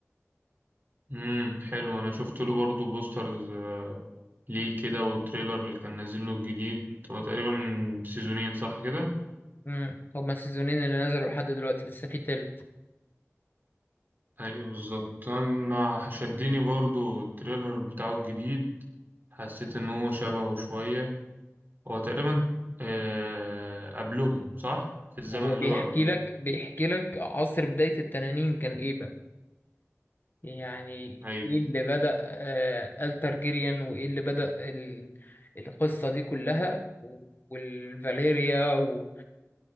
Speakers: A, on the right; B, on the left.
A: امم حلو انا شفت له برضو بوسترز آه، ليه كده والتريلر اللي كان نازل له الجديد هو تقريبا سيزونين صح كده
B: امم هما السيزونين اللي نزلوا لحد دلوقتي لسه في تالت
A: ايوه بالظبط انا شدني برضو التريلر بتاعه الجديد حسيت ان هو شبهه شوية هو تقريبا آه، قبلهم صح في الزمن
B: هو
A: اللي
B: بيحكي
A: هو قبله
B: لك بيحكي لك عصر بداية التنانين كان ايه بقى يعني
A: ايوه
B: ايه اللي بدأ آه الترجيريان وايه اللي بدأ ال... القصة دي كلها و- والفاليريا و...